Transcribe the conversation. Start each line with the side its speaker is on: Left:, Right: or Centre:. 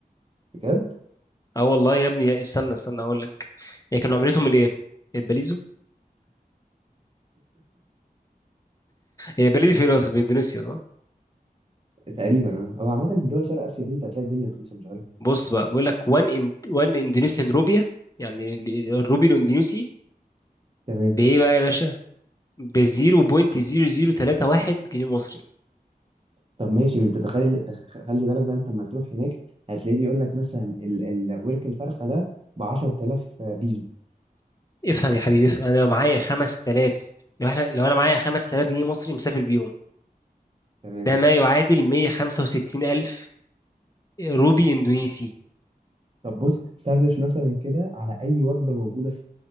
Right: بجد
Left: اه والله يا ابني استنى استنى اقول لك هي كانوا عملتهم الايه الباليزو هي بالي دي فين اصلا في اندونيسيا صح
Right: تقريبا اه هو عامة في دول شرق آسيا دي أنت هتلاقي الدنيا رخيصة مش غالية
Left: بص بقى بيقول لك 1 إن... 1 اندونيسيان روبيا يعني ال- ال- الروبي الاندونيسي
Right: تمام
Left: بايه بقى يا باشا ب 0.0031 جنيه مصري
Right: طب ماشي ما أنت تخيل تخ- خلي بالك بقى أنت لما تروح هناك هتلاقيه بيقول لك مثلا ال... الورك الفرخة ده ب 10000 بيزو
Left: افهم يا حبيبي افهم انا لو معايا 5000 لو احنا لو انا معايا 5000 جنيه مصري مسافر بيهم
Right: تمام
Left: ده ما يعادل 165 الف روبي اندونيسي
Right: طب بص سرش مثلا كده على اي وجبه موجوده في